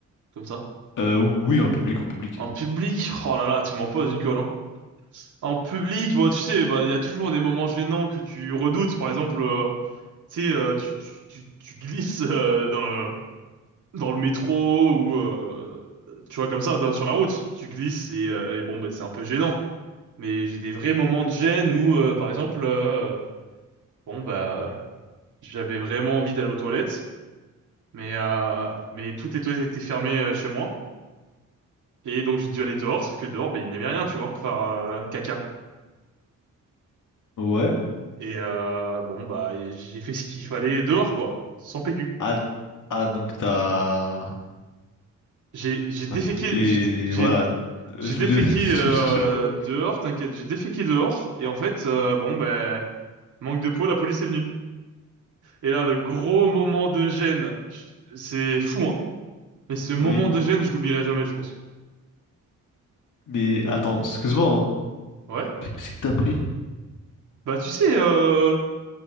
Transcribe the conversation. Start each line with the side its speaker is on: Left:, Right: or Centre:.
Right: comme ça?
Left: Euh, oui, en public, en public.
Right: En public, oh là là, tu m'en poses une colle, hein. En public, bon, tu sais, bah, il y a toujours des moments gênants que tu redoutes. Par exemple, euh, tu sais, euh, tu, tu, tu, tu glisses euh, dans le, dans le métro ou, euh, tu vois, comme ça, dans- sur la route. Tu glisses et, euh, et bon, bah, c'est un peu gênant. Mais j'ai des vrais moments de gêne où, euh, par exemple, euh, bon, bah, j'avais vraiment envie d'aller aux toilettes. Mais, euh, mais tout est tout était fermé euh, chez moi. Et donc j'ai dû aller dehors, sauf que dehors, ben, il n'y avait rien, tu vois, pour faire euh, caca.
Left: Ouais.
Right: Et euh, bon, bah, et j'ai fait ce qu'il fallait dehors, quoi, sans PQ.
Left: Ah, ah donc t'as.
Right: J'ai j'ai
Left: T'as
Right: déféqué,
Left: fait.
Right: j'ai dé- j'ai
Left: Voilà. Euh,
Right: j'ai
Left: Je
Right: déféqué
Left: voulais. <laughs>
Right: euh,
Left: Je cherchais le mot.
Right: dehors, t'inquiète, j'ai déféqué dehors. Et en fait, euh, bon, ben, manque de peau, la police est venue. Et là, le gros moment de gêne, je- c'est fou, hein. Mais ce moment
Left: Oui.
Right: de gêne, je l'oublierai jamais, je pense.
Left: Mais attends, excuse-moi, hein.
Right: Ouais.
Left: Mais Qu'est-ce qui t'a pris?
Right: Bah, tu sais, euh,